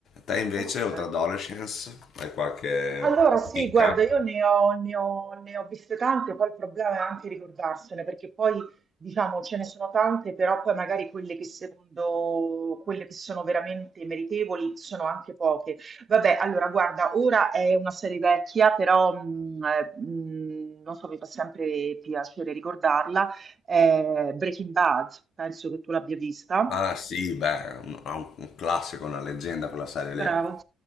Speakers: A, on the left; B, on the right.
A: Te invece,
B: Ok.
A: oltre ad Adolescence, hai qualche
B: Allora sì,
A: chicca?
B: guarda, io ne ho, ne ho- ne ho viste tante, poi il problema è anche ricordarsene, perché poi diciamo ce ne sono tante, però poi magari quelle che secondo quelle che sono veramente meritevoli sono anche poche. Vabbè, allora guarda, ora è una serie vecchia, però mh, eh, mh, non so, mi fa sempre piacere ricordarla, è Breaking Bad, penso che tu l'abbia vista.
A: Ah sì, beh, un, un classico, una leggenda quella serie
B: Bravo.